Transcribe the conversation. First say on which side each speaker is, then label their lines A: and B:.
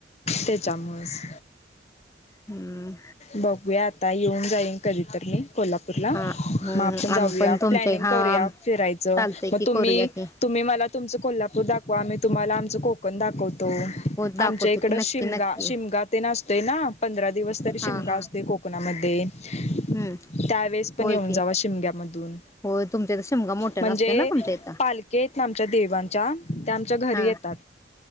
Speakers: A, on the left; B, on the left.
A: त्याच्यामुळच.
B: हम्म
A: बघूया आता येऊन जाईन कधीतर मी कोल्हापूरला.
B: हा हम्म
A: मग आपण जाऊया
B: आम्ही पण तुमचे
A: प्लॅनिंग
B: हा
A: करूया फिरायचं
B: चालतय
A: मग
B: की
A: तुम्ही
B: करूया की
A: तुम्ही मला तुमचं कोल्हापूर दाखवा आम्ही तुम्हाला आमचं कोकण दाखव तो
B: हो दाखवतो
A: आमच्या इकडं
B: की नक्की
A: शिमगा
B: नक्की
A: शिमगा तेन अस ते ना. पंधरा दिवस तरी शि
B: हा
A: मगा
B: हा
A: असतोय कोकणाम ध्ये त्यावेेळेस
B: हम्म
A: पण
B: होय
A: येऊन
B: की
A: जावा शिमग्यामधून
B: होय तुमच्या इथं शिमगा मोठ्यानं
A: म्हणजे
B: असतोय ना तुमच्या इथं
A: पालखी आहेत ना आमच्या देवांच्या त्या आमच्या घरी
B: हा
A: येतात